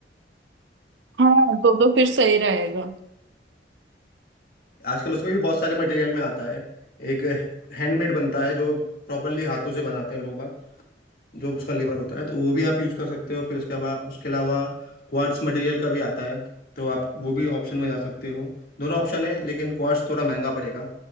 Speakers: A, on the right (about 85°); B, on the left (about 55°).
A: हाँ तो तो फिर सही रहेगा
B: आजकल उसमें भी बहुत सारे मटेरियल में आता है एक हैंडमेड बनता है जो प्रॉपरली हाथों से बनाते हैं लोग बाग जो उसका लेबर होता है तो वो भी आप यूज़ कर सकते हो फिर उसके बाद उसके अलावा क्वार्ट्स मटेरियल का भी आता है तो आप वो भी ऑप्शन में जा सकते हो दोनों ऑप्शन है लेकिन क्वार्ट्स थोड़ा महंगा पड़ेगा